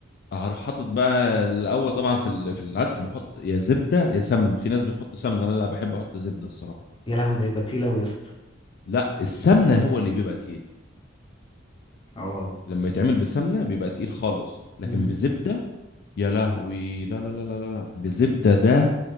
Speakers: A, on the left (about 55°); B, on the left (about 25°).
A: هروح حاطط بقى الاول طبعا في ال- في العدس بحط يا زبده يا سمن في ناس بتحط سمنه انا لا بحب احط زبده الصراحه
B: يا لهوي ده يبقى تقيل أوي يا اسطى
A: لا السمنه هو اللي بيبقى تقيل
B: اه
A: لما يتعمل بسمنه بيبقى تقيل خالص لكن
B: مم.
A: بزبده يا لهوي لا لا لا لا لا لا. بزبده ده